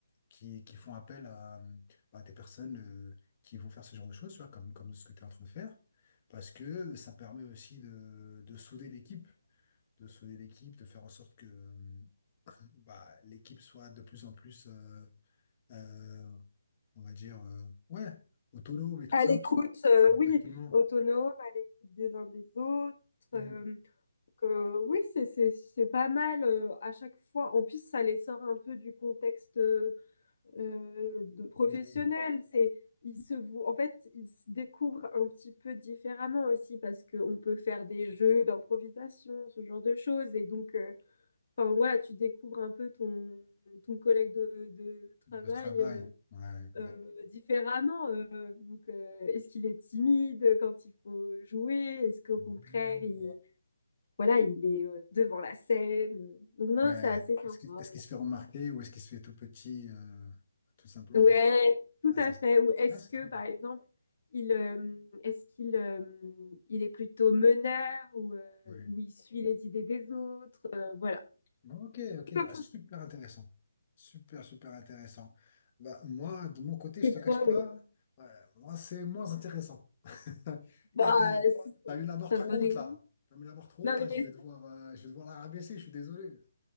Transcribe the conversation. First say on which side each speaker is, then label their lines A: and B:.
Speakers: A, on the left (about 35°); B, on the left (about 55°).
A: qui, qui font appel à, à des personnes euh, qui vont faire ce genre de choses, tu vois, comme, comme ce que tu es en train de faire, parce que ça permet aussi de, de souder l'équipe, de souder l'équipe, de faire en sorte que euh, bah, l'équipe soit de plus en plus, euh, euh, on va dire, euh, ouais, autonome et tout
B: À
A: ça.
B: l'écoute, euh,
A: Exactement.
B: oui, autonome, à l'écoute des uns des autres.
A: Mm.
B: euh, donc, euh, oui, c'est c'est- c'est pas mal euh, à chaque fois. En plus, ça les sort un peu du contexte. euh, euh, de professionnels.
A: Oui,
B: C'est, ils se vou- en fait, ils se découvrent un petit peu différemment aussi parce qu'on peut faire des jeux d'improvisation, ce genre de choses. Et donc, euh, enfin, voilà, tu découvres un peu ton, ton collègue de, de travail
A: de travail.
B: euh,
A: Ouais.
B: euh, différemment. Euh, donc, euh, est-ce qu'il est timide quand il faut jouer? Est-ce qu'au
A: Mm.
B: contraire, il, voilà, il est euh, devant la scène? Donc, non,
A: Ouais.
B: c'est assez sympa.
A: Est-ce qu'il est-ce qu'il se fait remarquer ou est-ce qu'il se fait tout petit, euh, tout simplement?
B: Ouais, tout
A: Ah,
B: à
A: c'est
B: fait. Ou est-ce
A: ah, c'est
B: que,
A: trop bien.
B: par exemple, il euh, est-ce qu'il euh, il est plutôt meneur ou, euh,
A: Ouais.
B: ou il suit les idées des autres euh, voilà.
A: Bon, Ok, ok.
B: Comme
A: Ah,
B: ça.
A: super intéressant. Super, super intéressant. Bah, moi, de mon côté,
B: Et
A: je te cache
B: toi,
A: pas,
B: oui.
A: ouais, moi, c'est moins intéressant. <laughs> Là,
B: Bah,
A: t'as,
B: c'est
A: t'as mis la barre
B: pas
A: trop
B: vrai.
A: haute, là. T'as mis la barre trop
B: Non,
A: haute, là.
B: mais,
A: Je vais devoir, euh, je vais devoir la rabaisser, je suis désolé.